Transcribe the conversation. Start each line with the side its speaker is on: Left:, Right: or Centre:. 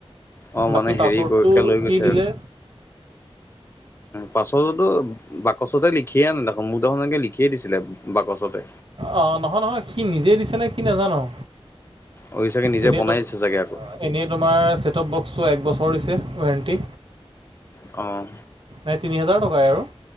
Left: অ মানে
Right: বাকী
Left: হেৰি
Right: পাছৱৰ্ডটো
Left: কৰিকে লৈ গৈছে
Right: সি দিলে
Left: পাছৱৰ্ডটো বাকচতে লিখিয়ে আ দেখোন মোৰ দেখোন এনেকৈ লিখিয়ে দিছিলে। বাকচতে
Right: অ', নহয় নহয় সি নিজেই দিছেনে সি নাজানোঁ
Left: অ ই চাগে নিজে
Right: এনেইতো
Left: বনাই দিছে চাগে আকৌ
Right: এনেই তোমাৰ ছেটপ বক্সটো এক বছৰ দিছে ৱোৰেণ্টি
Left: অ'
Right: নাই তিনি হোজাৰ টকাই আৰু